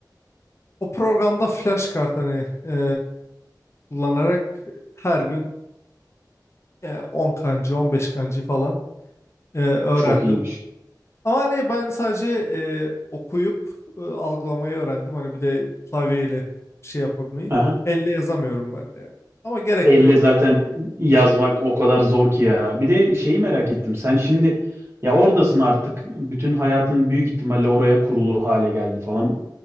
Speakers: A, on the left; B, on the right.
A: O programda flash kart hani e, kullanarak her gün e, 10 kancı 15 kancı falan e, öğrendim.
B: Çok iyiymiş.
A: Ama hani ben sadece e, okuyup e, algılamayı öğrendim. Hani bir de klavyeyle şey yapabilmeyi.
B: Aha.
A: Elle yazamıyorum ben de yani. Ama gerek
B: Elle
A: de yok
B: zaten
A: yani.
B: yazmak o kadar zor ki ya. Bir de şeyi merak ettim. Sen şimdi ya oradasın artık. Bütün hayatın büyük ihtimalle oraya kurulu hale geldi falan.